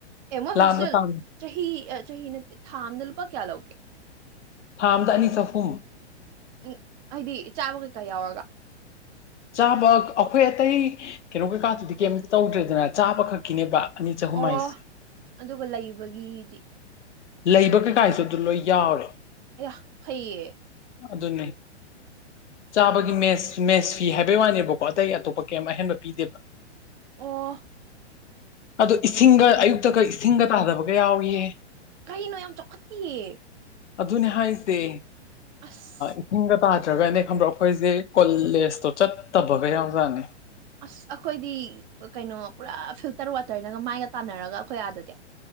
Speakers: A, on the right (about 40°); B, on the left (about 80°).
A: ꯑꯦ ꯃꯣꯏ
B: ꯂꯥꯞꯅ
A: ꯍꯣꯁꯦꯜ
B: ꯇꯥꯡ
A: ꯆꯍꯤ ꯆꯍꯤꯅ ꯊꯥ ꯑꯝꯗ ꯂꯨꯄꯥ ꯀꯌꯥ ꯂꯧꯒꯦ
B: ꯊꯥꯝꯗ ꯑꯅꯤ ꯆꯍꯨꯝ
A: ꯎꯝ ꯍꯥꯏꯗꯤ ꯆꯥꯕ ꯀꯩꯀꯥ ꯌꯥꯎꯔꯒ
B: ꯆꯥꯕ ꯑꯩꯈꯣꯏ ꯑꯇꯩ ꯀꯩꯅꯣ ꯀꯩꯀꯥꯗꯨꯗꯤ ꯀꯩꯝꯇ ꯇꯧꯗ꯭ꯔꯦꯗꯅ ꯆꯥꯕ ꯈꯛꯀꯤꯅꯦꯕ ꯑꯅꯤ ꯆꯥꯍꯨꯝ
A: ꯑꯣ
B: ꯍꯥꯏꯁꯦ
A: ꯑꯗꯨꯒ ꯂꯩꯕꯒꯤꯗꯤ
B: ꯂꯩꯕ ꯀꯩꯀꯥꯁꯨ ꯑꯗꯨ ꯂꯣꯏ ꯌꯥꯎꯔꯦ
A: ꯑꯩꯍ ꯐꯩꯌꯦ
B: ꯑꯗꯨꯅꯤ ꯆꯥꯕꯒꯤ ꯃꯦꯁ ꯃꯦꯁ ꯐꯤ ꯍꯥꯏꯕꯩ ꯋꯥꯅꯦꯕꯀꯣ ꯑꯇꯩ ꯑꯇꯣꯞꯄ ꯀꯩ ꯑꯍꯦꯟꯕ ꯄꯤꯗꯦꯕ
A: ꯑꯣ
B: ꯑꯗꯣ ꯏꯁꯤꯡꯒ ꯑꯌꯨꯛꯇꯒ ꯏꯁꯤꯡꯒ ꯇꯥꯗꯕꯒ ꯌꯥꯎꯏꯌꯦ
A: ꯀꯩꯅꯣ ꯌꯥꯝ ꯆꯥꯎꯈꯠꯇꯤꯌꯦ
B: ꯑꯗꯨꯅꯦ ꯍꯥꯏꯁꯦ
A: ꯑꯁ
B: ꯏꯁꯤꯡꯒ ꯇꯥꯗ꯭ꯔꯒꯅꯦ ꯍ꯭ꯔꯣ ꯑꯩꯈꯣꯏꯁꯦ ꯀꯣꯂꯦꯖꯇꯣ ꯆꯠꯇꯕꯒ ꯌꯥꯎꯖꯥꯠꯅꯤ
A: ꯑꯁ ꯑꯩꯈꯣꯏꯗꯤ ꯀꯩꯅꯣ ꯄꯨꯔꯥ ꯐꯤꯜꯇꯔ ꯋꯥꯇꯔꯅꯒ ꯃꯥꯏꯒ ꯇꯥꯟꯅꯔꯒ ꯑꯩꯈꯣꯏ ꯑꯥꯗꯗꯤꯦ